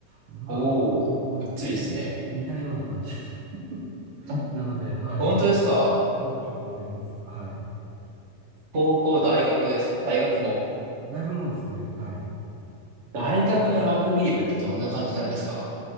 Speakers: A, on the right (about 85°); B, on the right (about 40°).
A: まあ、
B: おー、
A: まあのに似たような感じ
B: がっつりですね。
A: <laughs>。
B: あ
A: なので、はい。
B: 本当ですか
A: あすごく共感できます。はい。
B: 高校、大学ですか大学も。
A: 大学もですね、はい。
B: 大学のラグビー部ってどんな感じなんですか